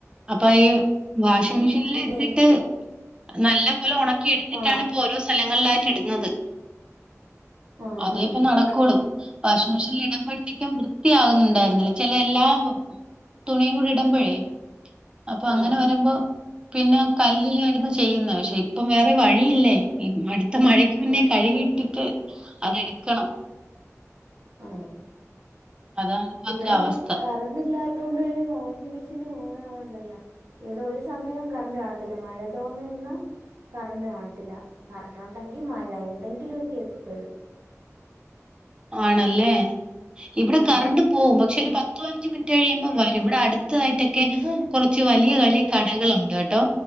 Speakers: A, on the right; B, on the right.
A: അപ്പൊ ഈ വാഷിംഗ്
B: ഉം
A: മെഷീനിൽ ഇട്ടിട്ട്
B: ഇല്ല ഇല്ല
A: നല്ല പോലെ ഒണക്കി എടുത്തിട്ടാണ്
B: ആഹ്
A: ഇപ്പോ ഓരോ സ്ഥല <unintelligible> ഇടുന്നത്
B: ആഹ്
A: അതെ
B: ആഹ്
A: ഇപ്പ നടക്കുള്ളൂ വാഷിംഗ് മെഷീനൽ <unintelligible> ഇടുമ്പോഴത്തേക്കും വൃത്തിയാകുന്നുണ്ടായിരുന്നില്ല ചില എല്ലാ തുണിയും കൂടി ഇടുമ്പോഴേ അപ്പൊ അങ്ങനെ
B: ആഹ്
A: വരുമ്പോ പിന്നെ കല്ലിലായിരുന്നു ചെയ്യുന്നത് പക്ഷെ ഇപ്പം വേറെ വഴി <unintelligible> യില്ലേ അടു <unintelligible> ഇപ്പ മഴയ്ക്ക് മുന്നേ
B: ഓ
A: കഴുകിട്ടിട്ട് <unintelligible> അതെടുക്കണം
B: ആ
A: അതാണ് ഇപ്പത്തെ
B: ഇവിടെ
A: അവസ്ഥ
B: കറണ്ട് ഇല്ലാ <unintelligible> വാഷിംഗ മെഷീനും ഓൺ ആവണ്ടല്ല ഇവിടെ ഒരു സമയം കറണ്ട് കാണത്തില്ല മഴ തോന്ന് നിന്ന കറണ്ട് കാണത്തില്ല കറണ്ട് ഒണ്ടെങ്കിൽ <unintelligible> മഴ എന്തെങ്കിലുമൊക്കെ എപ്പ <unintelligible>
A: ആണല്ലേ ഏ ഇവിടെ
B: ഉം
A: കറണ്ട് പോവും പക്ഷെ ഒരു പത്ത് അഞ്ച് മിനിറ്റ് കഴിയുമ്പ വരും ഇവിടെ അടുത്തതായിട്ടൊക്കെ
B: ഇവിടെ
A: കുറച്ച് വലിയ ക <unintelligible> കടകളുണ്ട് കേട്ടോ